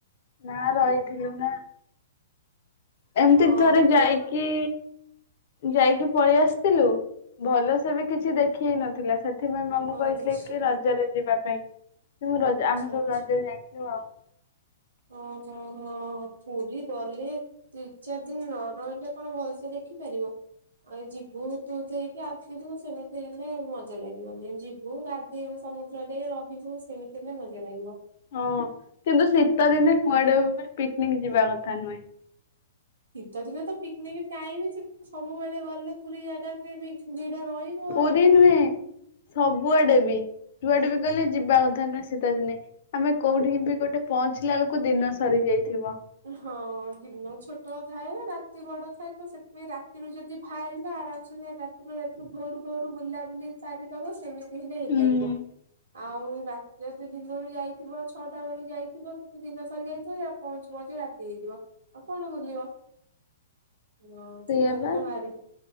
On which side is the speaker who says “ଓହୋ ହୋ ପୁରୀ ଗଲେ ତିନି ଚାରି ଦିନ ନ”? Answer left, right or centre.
Right